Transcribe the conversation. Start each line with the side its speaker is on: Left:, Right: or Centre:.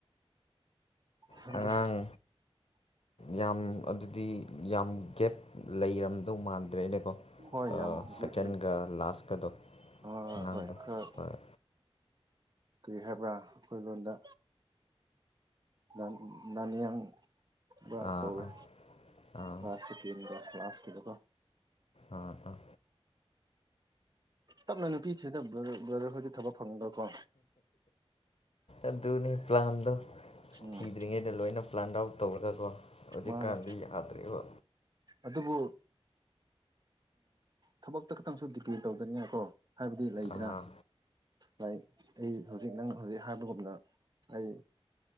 Right: ꯍꯪꯦ
Left: ꯑꯉꯥꯡ ꯌꯥꯝ ꯑꯗꯨꯗꯤ ꯌꯥꯝ ꯒꯦꯞ ꯂꯩꯔꯝꯗꯧ ꯃꯥꯟꯗ꯭ꯔꯦ ꯑꯩꯅ ꯀꯣ
Right: ꯍꯣꯏ ꯌꯥꯝ
Left: ꯁꯦꯀꯦꯟꯒ
Right: ꯂꯩ
Left: ꯂꯥꯁꯀꯗꯣ
Right: ꯍꯣꯏ
Left: ꯑꯉꯥꯡꯗꯣ
Right: ꯍꯣꯏ ꯈꯔ
Left: ꯍꯣꯏ
Right: ꯀꯔꯤ ꯍꯥꯏꯕ꯭ꯔꯥ ꯑꯩꯈꯣꯏ ꯂꯣꯟꯗ ꯅꯅꯥꯅꯤꯌꯥꯡꯕ
Left: ꯑꯥ
Right: ꯇꯧꯔꯦ
Left: ꯑꯥ ꯑꯥ
Right: ꯉꯥꯥꯁꯦ ꯇꯦꯟꯕꯦ ꯀ꯭ꯂꯥꯁ ꯀꯗꯨꯀꯣ
Left: ꯑꯥ ꯑꯥ
Right: ꯇꯞꯅ ꯅꯨꯄꯤ ꯊꯦ ꯕ꯭ꯔꯗꯔ ꯈꯗꯤ ꯊꯕꯛ ꯐꯪꯕꯀꯣ
Left: ꯑꯗꯨꯅꯤ ꯄ꯭ꯂꯥꯟꯗꯣ
Right: ꯎꯝ
Left: ꯊꯤꯗ꯭ꯔꯤꯉꯩꯗ ꯂꯣꯏꯅ ꯄ꯭ꯂꯥꯟꯠ ꯑꯥꯎꯠ ꯇꯧꯔꯒꯀꯣ ꯍꯧꯖꯤꯛꯀꯥꯟꯗꯤ
Right: ꯃꯥꯅꯦ
Left: ꯌꯥꯗ꯭ꯔꯕ
Right: ꯑꯗꯨꯕꯨ ꯊꯕꯛꯇ ꯈꯇꯪꯁꯨ ꯗꯤꯄꯦꯟ ꯇꯧꯗꯅꯤꯡꯉꯀꯣ ꯍꯥꯏꯕꯗꯤ ꯂꯩꯗ꯭ꯔꯥ
Left: ꯑꯥ
Right: ꯂꯥꯏꯛ ꯑꯩ ꯍꯧꯖꯤꯛ ꯅꯪꯅ ꯍꯧꯖꯤꯛ ꯍꯥꯏꯕꯒꯨꯝꯅ ꯑꯩ